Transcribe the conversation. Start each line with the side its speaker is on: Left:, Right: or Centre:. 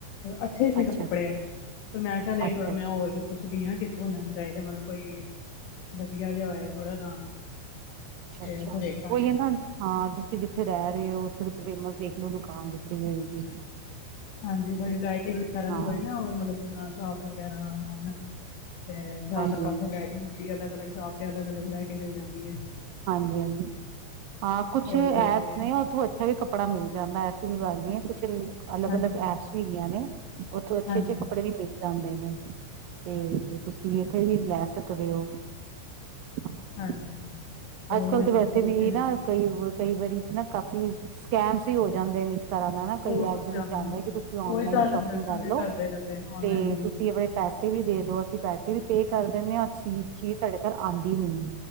Left: ਅੱਛੇ ਸੀ
Right: ਅੱਛਾ
Left: ਕੱਪੜੇ ਪਰ ਮੈਂ ਕਿਹਾ ਨਹੀਂ
Right: ਅੱਛਾ
Left: ਥੋੜ੍ਹਾ ਮੈਂ
Right: ਅੱਛਾ
Left: ਹੋਰ ਵੀ ਪੁੱਛਦੀ ਆ ਕਿੱਥੋਂ ਲੈਣੇ ਚਾਹੀਦੇ, ਮਤਲਬ ਕੋਈ ਵਧੀਆ ਜਿਹਾ ਹੈਵੇ ਥੋੜ੍ਹਾ ਤਾਂ
Right: ਅੱਛਾ-
Left: ਤੇ
Right: ਅੱਛਾ
Left: ਉੱਥੋਂ ਦੇਖਾਂਗੇ
Right: ਕੋਈ ਕਦਾ ਆ। ਹਾਂ ਤੁਸੀਂ ਜਿੱਥੇ ਰਹਿ ਰਹੇ ਔ ਉੱਥੇ ਫੇਮਸ ਦੇਖ ਲਓ ਦੁਕਾਨ ਜਿੱਥੇ ਮਿਲ ਗਈ।
Left: ਹਾਂਜੀ ਥੋੜੀ ਵਰਾਇਟੀ ਵਗੈਰਾ ਵੀ
Right: ਹਾਂ
Left: ਹੋਏ ਨਾ ਮਤਲਬ ਜਾਂ ਸ਼ੋਪਸ ਵਗੈਰਾ ਹੋਣ ਤੇ ਜ਼ਿਆਦਾ
Right: ਹਾਂਜੀ-ਹਾਂਜੀ,
Left: ਉੱਥੇ ਵਰਾਇਟੀ ਹੁੰਦੀ ਅਲੱਗ ਮਤਲਬ ਸੋਪ ਤੇ ਅਲਗ ਹਿਸਾਬ ਤੇ ਅਲਗ- ਅਲੱਗ ਵਰਾਇਟੀ ਮਿਲ ਜਾਂਦੀ ਐ
Right: ਹਾਂਜੀ -ਹਾਂਜੀ ਐ ਕੁਛ
Left: ਉਹੀ
Right: ਐਪਸ
Left: ਦੇਖ ਕੇ
Right: ਨੇ ਉਥੌ ਅੱਛਾ ਵੀ ਕੱਪੜਾ ਮਿਲ ਜਾਂਦਾ, ਐਸੀ ਵੀ ਗੱਲ ਨੀ ਐ ਕੁਛ ਅਲੱਗ-ਅਲੱਗ
Left: ਹਾਂਜੀ
Right: ਐਪਸ ਵੀ ਹੈਗੀਆਂ ਨੇ ਉੱਥੌ ਅੱਛੇ-
Left: ਹਾਂਜੀ
Right: ਅੱਛੇ ਕੱਪੜੇ ਵੀ ਮਿਲਦੇ ਜਾਂਦੇ ਨੇ ਤੇ ਤੁਸੀਂ ਇੱਥੇ ਵੀ ਲੈ ਸਕਦੇ ਹੋ। ਹਾਂ
Left: ਹਾਂਜੀ। ਉਹੀ
Right: ਅੱਜ- ਕੱਲ
Left: ਮੈਂ
Right: ਤੇ ਵੈਸੇ
Left: ਪੁੱਛ ਰਹੀ
Right: ਵੀ
Left: ਸੀ ਮੈਂ
Right: ਨਾ ਕਈ-ਕਈ ਵਾਰੀ ਤੇ ਨਾ ਕਾਫ਼ੀ ਸਕੈਮਸ ਈ ਹੋ ਜਾਂਦੇ ਨੇ ਤਰ੍ਹਾਂ ਦਾ ਨਾ
Left: ਬਹੁਤ
Right: ਕਈ ਐਪਸ
Left: ਜ਼ਿਆਦਾ
Right: ਵਿੱਚ
Left: ਹਾਂ
Right: ਆਦਾਂ ਕਿ ਤੁਸੀਂ ਔਨਲਾਈਨ
Left: ਉਹੀ ਡਰ ਲੱਗਦਾ
Right: ਸ਼ੋਪਿੰਗ
Left: ਨਾ
Right: ਕਰਲੋ
Left: ਫਿਰ ਕਰਦੇ ਕਰਦੇ ਔਨਲਾਈਨ
Right: ਤੇ
Left: ਵੀ
Right: ਤੁਸੀਂ ਵੇਅਰ ਪੈਸੇ ਵੀ ਦੇ ਦੋ ਅਸੀਂ ਪੈਸੇ ਵੀ ਪੇ ਕਰ ਦਿੰਦੇ ਹਾਂ ਅ ਚ ਚੀਜ਼ ਸਾਡੇ ਘਰ ਆਂਦੀ ਨੀ